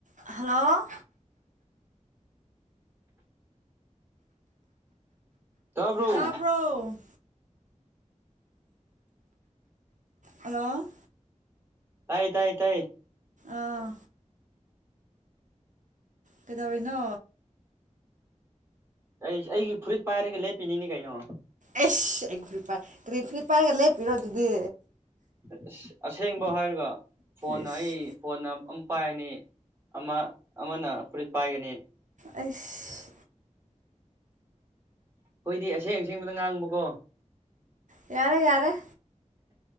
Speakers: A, on the right (about 80°); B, on the right (about 20°).
A: hello
B: ꯇꯥꯕ꯭ꯔꯣ
A: ꯇꯥꯕ꯭ꯔꯣ hello
B: ꯇꯥꯏꯌꯦ ꯇꯥꯏ ꯇꯥꯏ
A: ꯑꯥ ꯀꯩꯗꯧꯔꯤꯅꯣ
B: ꯑꯩꯁ ꯑꯩꯒꯤ ꯐꯨꯔꯤꯠ ꯄꯥꯏꯔꯒ ꯂꯦꯞꯄꯤꯅꯤꯅꯦ ꯀꯩꯅꯣ
A: ꯑꯩꯁ ꯑꯩꯒꯤ ꯐꯨꯔꯤꯠ ꯄꯥꯏ ꯀꯔꯤ ꯐꯨꯔꯤꯠ ꯄꯥꯢꯔꯒ ꯂꯦꯞꯄꯤꯔꯣ ꯗꯨꯗꯤ
B: ꯑꯁ ꯑꯁꯦꯡꯕ ꯍꯥꯏꯔꯒ ꯐꯣꯟꯅ
A: ꯏꯁ
B: ꯑꯩ ꯐꯣꯟꯅ ꯑꯝ ꯑꯝ ꯄꯥꯏꯅꯤ ꯑꯃ ꯑꯃꯅ ꯐꯨꯔꯤꯠ ꯄꯥꯏꯒꯅꯤ
A: ꯑꯩꯁ
B: ꯍꯣꯏꯗꯤ ꯑꯁꯦꯡ ꯑꯁꯦꯡꯕꯗ ꯉꯥꯡꯕꯀꯣ
A: ꯌꯥꯔꯦ ꯌꯥꯔꯦ